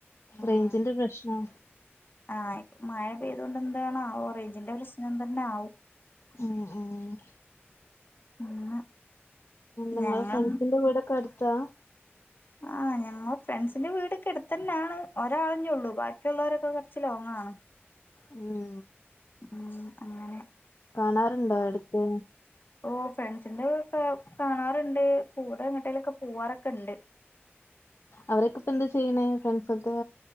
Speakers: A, on the left; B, on the left.
A: ആഹ്
B: റെയ്ഞ്ചിന്റെ പ്രശ്നാ
A: ആഹ് ഇ മഴ പെയ്തൊണ്ടെന്താണാവോ റെയ്ഞ്ചിന്റെ പ്രശ്നം തന്നാവും.
B: ഉം ഉം
A: <unintelligible>
B: നിങ്ങള
A: ഞങ്ങൾ
B: ഫ്രണ്ട്സിന്റെ വീടൊക്കെ അടുത്താ
A: ആഹ് ഞങ്ങ ഫ്രെണ്ട്സിൻ്റെ വീടൊക്കെ അടുത്തന്നാണ് ഒരാളന്നേയുള്ളു ബാക്കിയുള്ളവരൊക്കെ കുറച്ച് ലോങ്ങാണ്
B: ഉം
A: ഉം അങ്ങനെ
B: കാണാറുണ്ടോ എടക്ക്
A: ഓ ഫ്രണ്ട്സിൻ്റെ വ്ക്കെ കാണാറുണ്ട് കൂടെങ്ങട്ടേലൊക്കെ പോവാറൊക്കണ്ട്.
B: അവരൊ‌ക്കിപ്പെന്താ ചെയ്യണേ ഫ്രണ്ട്സൊക്കേ